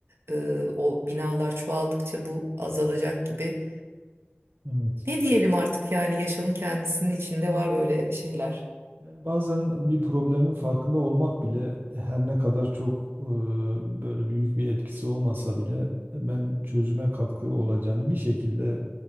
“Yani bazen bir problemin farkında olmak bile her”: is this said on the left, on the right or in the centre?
Right